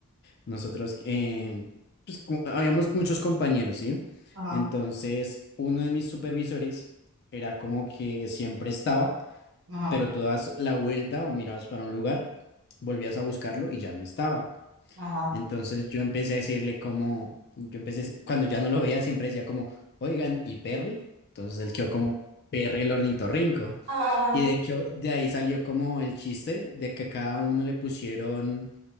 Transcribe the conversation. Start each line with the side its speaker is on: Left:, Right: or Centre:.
Left: nosotros, em, pues como- habíamos muchos compañeros, ¿sí?
Right: Ajá,
Left: Entonces, uno de mis supervisores era como que siempre estaba.
Right: ajá,
Left: pero tú dabas la vuelta o mirabas para un lugar, volvías a buscarlo y ya no estaba.
Right: ajá,
Left: Entonces yo empecé a decirle como, yo empecé, cuando ya no lo veía, siempre decía como, oigan, ¿y Perry? Entonces él quedó como Perry el ornitorrinco.
Right: Ah.
Left: Y de hecho de ahí salió como el chiste de que a cada uno le pusieron